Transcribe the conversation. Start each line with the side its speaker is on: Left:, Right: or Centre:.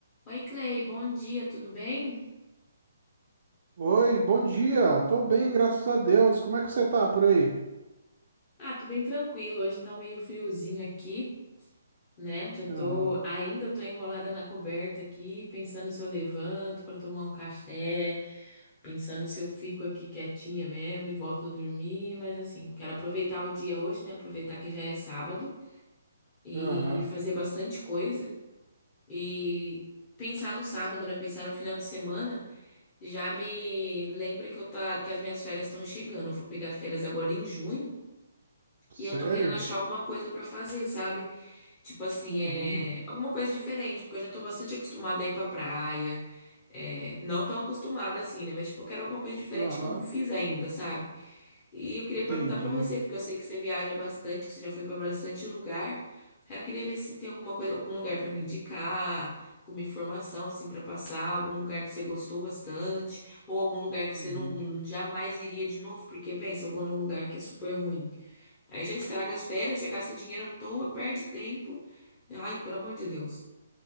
Left: Oi, Clay, bom dia, tudo bem?
Right: Oi, bom dia. Tô bem, graças a Deus. Como é que você tá por aí?
Left: Ah, tô bem tranquilo. Hoje tá um meio friozinho aqui, né? Já tô,
Right: Aham,
Left: ainda tô enrolada na coberta aqui, pensando se eu levanto pra tomar um café, pensando se eu fico aqui quietinha mesmo e volto a dormir, mas assim, quero aproveitar o dia hoje, né? Aproveitar que já é sábado e
Right: aham.
Left: fazer bastante coisa e pensar no sábado, né? Pensar no final de semana já me lembra que eu tá, que as minhas férias estão chegando. Eu vou pegar férias agora em junho.
Right: Sério?
Left: E eu tô querendo achar alguma coisa pra fazer, sabe? Tipo assim,
Right: Uhum,
Left: é alguma coisa diferente, porque eu já tô bastante acostumada a ir pra praia. É, não tão acostumada assim, né? Mas tipo, eu quero alguma coisa diferente
Right: aham.
Left: que eu não fiz ainda, sabe? E eu queria
Right: Entendi.
Left: perguntar pra você, porque eu sei que você viaja bastante, que você já foi pra bastante lugar. Aí eu queria ver se tem alguma coisa, algum lugar pra me indicar, alguma informação assim pra passar, algum lugar que você gostou bastante, ou algum lugar que
Right: Uhum.
Left: você não jamais iria de novo, porque pensa, eu vou num lugar que é super ruim. Aí já estraga as férias, já gasta dinheiro à toa, perde tempo. Ai, pelo amor de Deus.